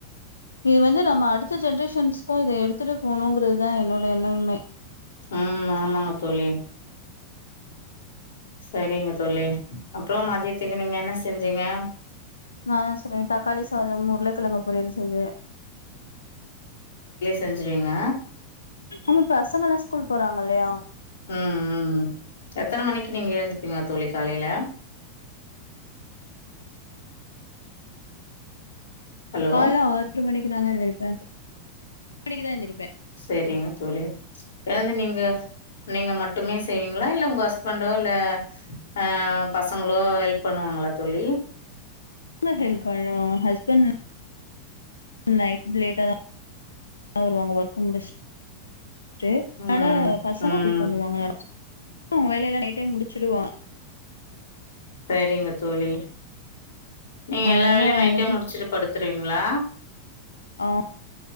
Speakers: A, on the left; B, on the left.
A: இது வந்து நம்ம அடுத்த ஜென்ரேஷன்ஸ்க்கு இத எடுத்துட்டு போகணுங்கிறதுதா என்னோட எண்ணமே.
B: உம் ஆமாங்க தோழி. சேரிங்க தோழி. அப்புறோ மதியத்துக்கு நீங்க என்ன செஞ்சீங்க.
A: நா என்ன செஞ்ச தக்காளி சாதம் உருளைக்கிலக்கு பொரியல் செஞ்ச.
B: செஞ்சுவீங்க.
A: ஆமா பசங்க எல்லா ஸ்கூல் போறாங்க இல்லையா.
B: உம் உம்ம் எத்தன மணிக்கு நீங்க எழுந்துப்பீங்க தோழி காலையில. ஹலோ
A: கால்ல ஆறு மணிக். குதாங்க எந்திரிப்ப. மணிக்குதா எழுந்திரிப்ப.
B: சேரிங்க தோழி. எதாவது நீங்க நீங்க மட்டுமே செய்வீங்களா இல்ல உங்க ஹஸ்பண்டோ இல்ல அஹ பசங்களோ ஹெல்ப். பண்ணுவாங்களா தோழி.
A: என்ன ஹெல்ப்பண்ணுவாங்க ஹஸ்பண்ட். நைட் லேட்டதா வருவாங்க. ஒர்க்கு முடிச். சுடு
B: ம்
A: ஆனா பசங்க
B: ம்
A: ஹெல்ப்பண்ணுவாங்க ஆனா. உன் வேலையில்ல நைட்டே முடிச்சிடுவா.
B: சேரிங்க தோழி. நீ
A: அதனால
B: எல்லா வேலையும் நைட்டே
A: ஒன்னு
B: முடுச்சிட்டு படு. த்திரிங்களா.
A: ஓஹோ